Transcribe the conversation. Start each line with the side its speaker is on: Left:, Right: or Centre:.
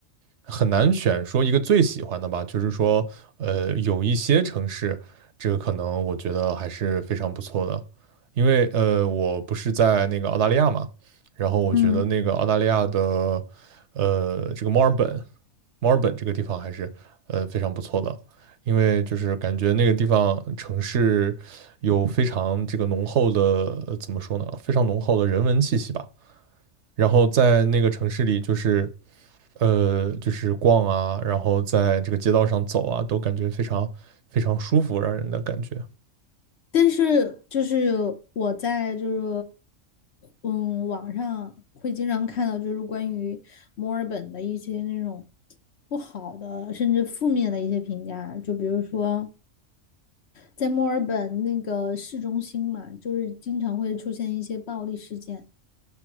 Right: 很难选说一个最喜欢的吧，就是说，呃，有一些城市，这个可能我觉得还是非常不错的，因为呃，我不是在那个澳大利亚嘛，然后我觉得那个澳大利亚的，
Left: 嗯。
Right: 呃，这个墨尔本，墨尔本这个地方还是呃非常不错的，因为就是感觉那个地方城市有非常这个浓厚的，呃怎么说呢，非常浓厚的人文气息吧。然后在那个城市里，就是呃，就是逛啊，然后在这个街道上走啊，都感觉非常非常舒服，让人的感觉。
Left: 但是就是我在就是嗯网上会经常看到就是关于墨尔本的一些那种不好的甚至负面的一些评价，就比如说在墨尔本那个市中心嘛，就是经常会出现一些暴力事件。